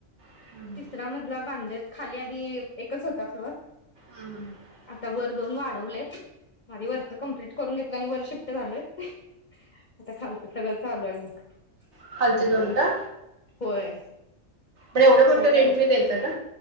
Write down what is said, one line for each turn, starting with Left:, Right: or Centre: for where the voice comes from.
Right: हम्म
Left: तिसरा मजला बांध खाली आधी एकच होता फ्लोअर
Right: हम् हम् ह
Left: आता वर दोन वाढवलेत माझ वर् कंप्लीट करून घेत आणि वर्ष शिफ्ट घालोय आता खालतं सगळं चालू आहे मग
Right: खाल
Left: काम
Right: चे दोन
Left: बघा
Right: का
Left: होय
Right: ण एव मोठ
Left: काय
Right: रेंट
Left: करायचं
Right: मी द्याय